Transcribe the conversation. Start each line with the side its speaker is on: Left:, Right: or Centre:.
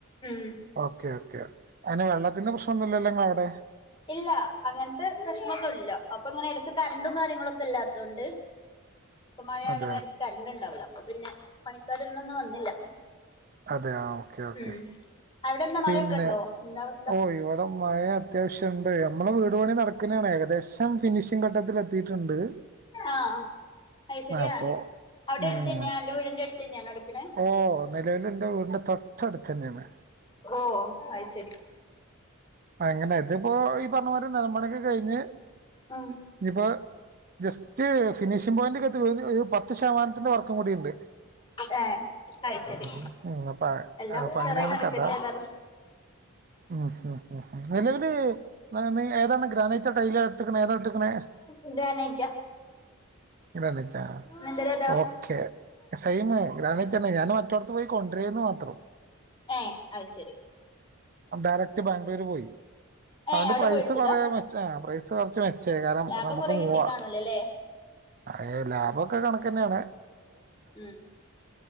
Left: ഉം
Right: ഓക്കെ ഓക്കേ ഓക്കേ അതിന് വെള്ളത്തിന്റെ പ്രശ്നൊന്നും ഇല്ലല്ലോ നിങ്ങള അവ്ടെ?
Left: ഇല്ല. അങ്ങനത്തെ പ്രശ്നൊന്നുംല്ല അപ്പൊ ഇങ്ങനെ എടക്ക് കറണ്ടും കാര്യങ്ങളൊക്കെ ഇല്ലാത്തൊണ്ട് പ്പ മഴയായൊണ്ട്
Right: അതെയോ
Left: നേരത്ത് കരണ്ട്ണ്ടാവൂലാ അപ്പൊ പിന്നെ പണിക്കാരൊന്നും ഇന്ന് വന്നില്ല
Right: അതെയോ ഓക്കെ ഓക്കെ
Left: ഉം അവിടെ എന്താ
Right: പിന്നെ
Left: മഴെക്കെണ്ടോ എന്താ അവസ്ഥ?
Right: ഓ ഇവിടെ മഴ അത്യാവശ്യണ്ട് നമ്മള് വീട്പണി നടക്കണേണ് ഏകദേശം ഫിനിഷിങ് ഘട്ടത്തിൽ എ ത്തിട്ടുണ്ട്
Left: ആഹ് അയ്ശെരിയാ
Right: അപ്പോ
Left: അവിടെ
Right: ഉം.
Left: അടുത്തന്നെയാ അന്റെ വീടിന്റെ അടുത്തന്നെയാണോ എടുക്കണെ
Right: ഓ നിലവില് ന്റേ വീടിന്റെ തൊട്ടടുത്ത്ന്നെണ്.
Left: ഓ അയ്ശെരി
Right: അങ്ങനെ ഇതിപ്പോ ഈ പറഞ്ഞമരി നിലം പണിക്കെ കഴിഞ്ഞ്,
Left: ഉം
Right: ഇനിപ്പോ ജസ്റ്റ് ഫിനിഷിംഗ് പോയിന്റ്ക്കെത്തി ഒരു ഒരു പത്ത് ശതമാനത്തിന്റെ വർക്കും കൂടിണ്ട്.
Left: ഏ അത് ശരി
Right: ഉം ഉം അപ്പ
Left: എല്ലാം
Right: അപ്പ
Left: ഉഷാറായി
Right: അങ്ങനെയാണ്
Left: നടക്കട്ടെ
Right: കഥ.
Left: ഏതാലും
Right: ഉം ഉം ഉം ഉം നിലവില് നീ, നീ ഏതാണ് ഗ്രാ റ്റ, ടൈയില ട്ട്ക്കണ ഏതാ ട്ട്ക്ണേ?
Left: ഇതാനേറ്റ
Right: ഗ്രാനൈറ്റാ,
Left: നിന്റെതേതാ
Right: ഓക്കെ സൈമ് ഗ്രാനൈറ്റാ ഞാൻ മറ്റോട്ത്ത് പോയി കൊണ്ടരേന്ന് മാത്രം
Left: ഏ അത് ശരി.
Right: ഡയറക്ട് ബാംഗ്ലൂര് പോയി
Left: ഏ
Right: അതൊണ്ട്
Left: അവിടെ
Right: പ്രൈസ്
Left: പോയെടുത്തതാ
Right: കൊറേ മെച്ചായി, പ്രൈസ് കൊറച്ച് മെച്ചായി കാരണം
Left: ലാഭം
Right: നമുക്ക്
Left: കൊറെ
Right: പൂവാ.
Left: കിട്ടിക്കാണൂലല്ലേ
Right: യേ ലാഭൊക്കെ കണക്കെന്നെണ്.
Left: ഉം.